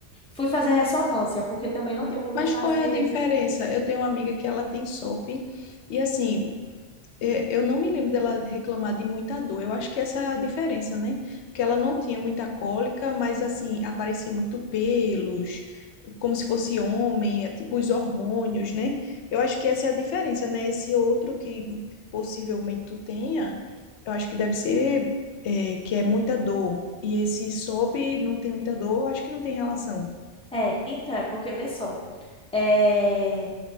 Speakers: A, in the centre; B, on the left.
A: Fui fazer ressonância, porque também não tinha como
B: Mas
A: eu fazer.
B: qual é a diferença? Eu tenho uma amiga que ela tem SOP e assim, É, Eu não me lembro dela reclamar de muita dor. Eu acho que essa é a diferença, né? Porque ela não tinha muita cólica, mas assim, aparecia muito pelos, como se fosse homem, é tipo os hormônios, né? Eu acho que essa é a diferença, né? Esse outro que possivelmente tu tenha, eu acho que deve ser, é, que é muita dor. E esse SOP não tem muita dor, eu acho que não tem relação.
A: É, então, é porque, vê só. é,